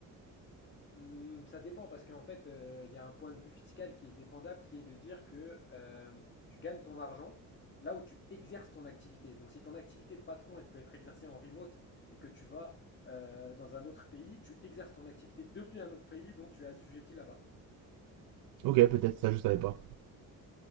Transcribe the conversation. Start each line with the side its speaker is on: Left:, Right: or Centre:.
Left: Hmm, ça dépend parce qu'en fait, euh, il y a un point de vue fiscal qui est défendable, qui est de dire que euh, tu gagnes ton argent là où tu exerces ton activité. Donc si ton activité de patron, elle peut être exercée en remote et que tu vas euh, dans un autre pays, tu exerces ton activité depuis un autre pays, donc tu es assujetti là-bas.
Right: Ok, peut-être, ça, je savais pas.